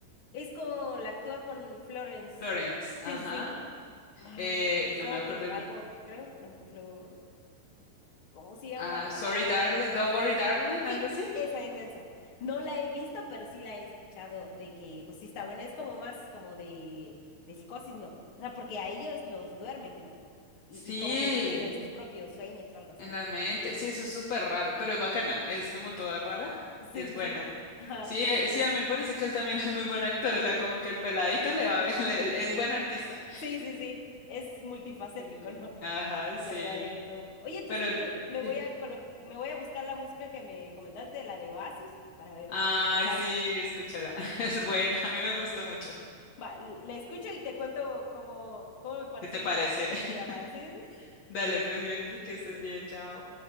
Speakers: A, on the left; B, on the left.
A: es como la actúa con Florence.
B: Florence, ajá.
A: Sí, sí, sí. Ay,
B: Eh,
A: sorry,
B: no me acuerdo,
A: algo, creo. No, Flor. ¿Cómo se llama?
B: Ah,
A: Ah,
B: sorry, darling. Don't worry, darling.
A: Sí,
B: Algo así.
A: esa es esa. No la he visto, pero sí la he escuchado de que, pues sí está buena. Es como más como de, de psicosis, ¿no? O sea, porque a ellos los duermen, ¿no? Y,
B: Sí,
A: y como que viven en sus propios sueños, algo así.
B: en la mente. Sí, eso es súper raro, pero es bacana. Es como toda rara
A: Sí,
B: y es
A: sí,
B: buena.
A: sí. <laughs> Ajá.
B: Sí, eh, sí, a mí me parece que él también <laughs> es muy buen actor. O sea, como que el peladito le va, bien, <laughs> le- le- es buen artista.
A: Sí, sí, sí. Es multifacético,
B: Sí,
A: ¿no? <laughs>
B: Ajá, sí.
A: Que le va bien en todo. Oye, entonces
B: Pero,
A: yo me
B: dime.
A: voy a colo- me voy a buscar la música que me comentaste, la de Oasis, para ver
B: Ay,
A: qué, qué tal.
B: sí, escúchala. <laughs> Es buena. A mí me gustó mucho.
A: Va, la escucho y te cuento cómo, cómo me pareció
B: ¿Qué te parece?
A: en la siguiente
B: <laughs>
A: llamada. ¿Sí? sí, sí?
B: Dale, pues, Glendy, que estés
A: Vale.
B: bien. Chao.